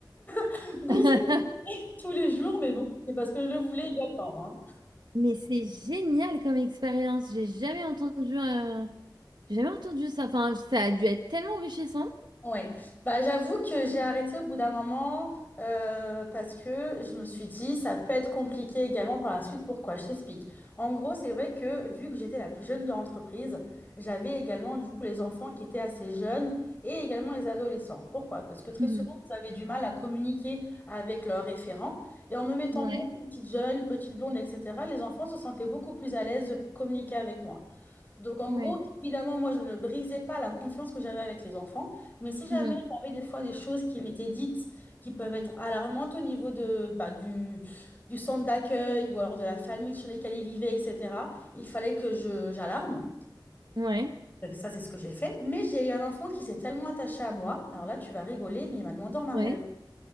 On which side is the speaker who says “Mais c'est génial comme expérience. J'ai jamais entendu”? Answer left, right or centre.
Right